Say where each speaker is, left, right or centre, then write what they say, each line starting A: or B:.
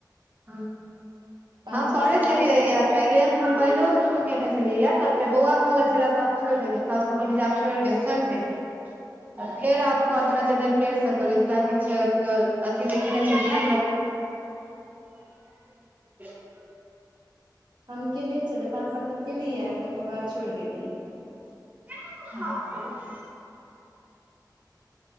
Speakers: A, on the right; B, on the right.
A: हँ
B: पाँच
A: हम करै
B: साल तक
A: छलियैए
B: केलियै
A: पहिले हम पहिले शुरू कयने छलियैए तऽ फेर बौआ भऽ
B: हँ
A: गेल छलै तऽ छोड़ि देलियै सभसँ पहिल जे आब छोड़ि देब हम सौपि देलियै तऽ
B: हँ
A: फेर आब कहलखना जे नहि फेरसँ कहलरा किछु अथी देखेने छै ग <unintelligible>
B: हम केने छलै पाँच सौ तक केलियै तऽ ओकर बाद छोड़ देलियै
A: <unintelligible>